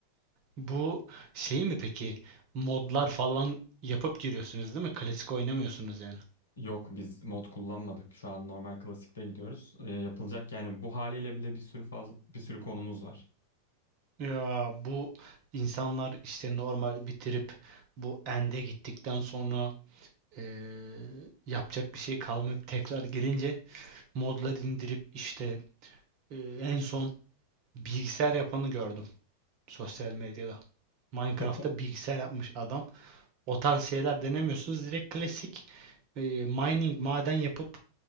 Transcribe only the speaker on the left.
Yok biz mod kullanmadık. Şu an normal klasikte gidiyoruz. Ee, yapılacak yani bu haliyle bile bir sürü fazla bir sürü konumuz var.
<laughs>